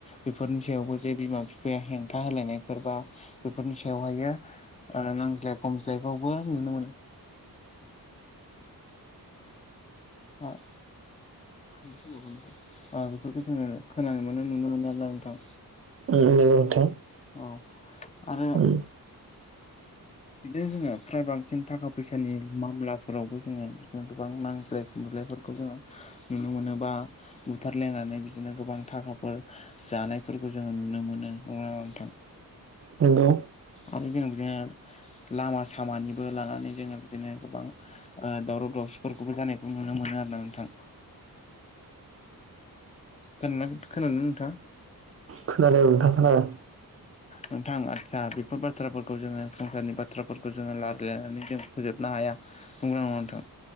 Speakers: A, on the left; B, on the right.
A: बेफोरनि सायावबो जे बिमा-बिफाया हेंथा होलायनायबा बेफोरनि सायावह नांज्लेमफ्लेावबो नुनो मोन <unintelligible> ओ बेफोरखौ जोङो खोनानो मोनो नुनो मोनो आरो नोंथां।
B: उम नंगौ नोंथां
A: औ आरो
B: उम
A: बिदिनो जोङो फ्राय बांसिन थाखा फैसानि मामलाफोरावबो जोङो बिदिनो गोबां नांज्लाय खमजलायफोर खौ जोङो नुनो मोनो बा बुथारलायनानै बिदिनो गोबां थाखाफोर जानायफोरखौ जोङो नुनो मोनो। नोगोना नङा नोंथां
B: हेल'
A: आरो जों बिदिनो लामा सामानिबो लानानै जोङो बिदिनो गोबां ओ दावराव दावसिफोरखौबो जानायखौ नुनो मोनो आरो ना नोंथां। खोना खोनानोानो नोथां
B: खोनादों नोंथां खोनादों
A: नोंथां आदसा बेफोर बाथ्राफोरखौ जोङो संसारनि बाथ्राफोरखौ जोङो रायजायनानै जों फोजोबनो हाया नंगौना नंङा नोंथां